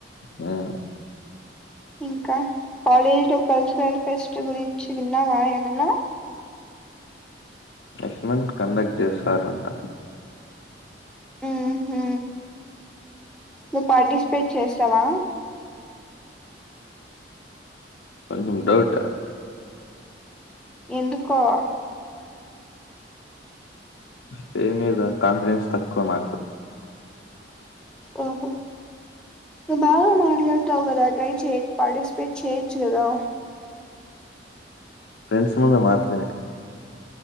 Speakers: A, on the left (about 80°); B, in the centre.
A: హ్మ్.
B: ఇంక కాలేజ్ లో కల్చరల్ ఫెస్ట్ గురించి విన్నావా ఏమన్నా
A: లక్ష్మణ్ కండక్ట్ చేశారంట
B: ఉహు నువ్వు పార్టిసిపేట్ చేస్తవా
A: కొంచం డౌట్
B: ఎందుకో
A: స్టేజ్ మీద కాన్ఫిడెన్స్ తక్కువ నాకు
B: ఓహొ నువ్ బాగ మాట్లాడతావు కద ట్రై చేయ్ పార్టిసిపేట్ చేయ్యొచ్చు కదా
A: ఫ్రెండ్స్ ముందు మాత్రమే